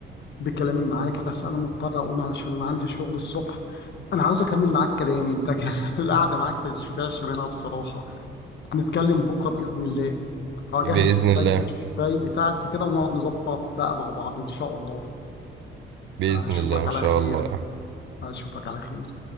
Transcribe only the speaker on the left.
بكلامي معاك بس انا مضطر اقوم علشان انا عندي شغل الصبح انا عاوز اكمل معاك كلامي انت كده <laughs> القعده معاك ما تشبعش منها بصراحه نتكلم بكره باذن الله هجهز
كوبايه
الشاي بتاعتي كده ونقعد نظبط بقى مع بعض ان شاء الله
اشوفك
على
خير
اشوفك على خير